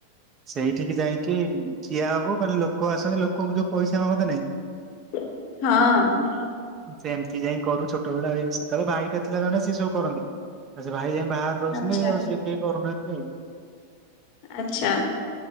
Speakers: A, on the right; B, on the left.
A: ସେଇଠିକି ଯାଇକି ଠିଆ ହବୁ ମାନେ ଲୋକ ଆସନ୍ତି ଲୋକଙ୍କୁ ଯୋଉ ପଇସା ମାଗନ୍ତିନି।
B: ହଁ।
A: ସେ ଏମିତି ଯାଇ କରୁ ଛୋଟବେଳେ ସେତେବେଳେ ଭାଇଟା ଥିଲା ଜଣେ ସେ ସବୁ କରନ୍ତି। ଆଚ୍ଛା ଭାଇ ଯାଇ ବାହାରେ ରହୁଛନ୍ତି
B: ଆଚ୍ଛା
A: ଆଉ ସିଏ କିଏ କରୁନାହାନ୍ତି ଆଉ।
B: ଆଚ୍ଛା।